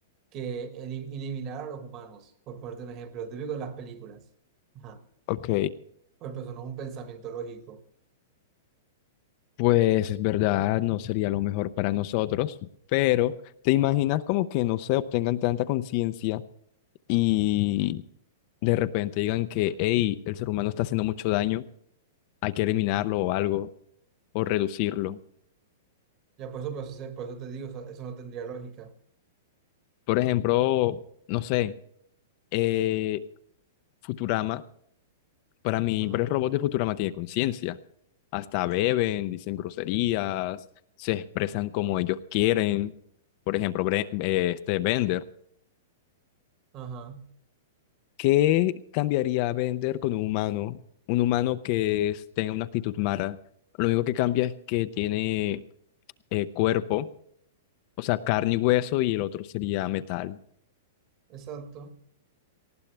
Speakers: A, on the right (about 30°); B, on the left (about 35°).
A: que elim- eliminar a los humanos, por ponerte un ejemplo, típico de las películas, ajá,
B: Ok.
A: pues, pues eso no es un pensamiento lógico,
B: Pues es verdad, no sería lo mejor para nosotros, pero ¿te imaginas como que no se obtengan tanta conciencia y de repente digan que, hey, el ser humano está haciendo mucho daño, hay que eliminarlo o algo, o reducirlo?
A: ya por eso, por eso, se- por eso te digo, o sea, eso no tendría lógica,
B: Por ejemplo, no sé, eh, Futurama, para mí,
A: ajá,
B: varios robots de Futurama tienen conciencia, hasta beben, dicen groserías, se expresan como ellos quieren, por ejemplo, Bre- eh, este Bender.
A: ajá,
B: ¿Qué cambiaría Bender con un humano? Un humano que es- tenga una actitud mala. Lo único que cambia es que tiene eh, cuerpo, o sea, carne y hueso, y el otro sería metal.
A: exacto,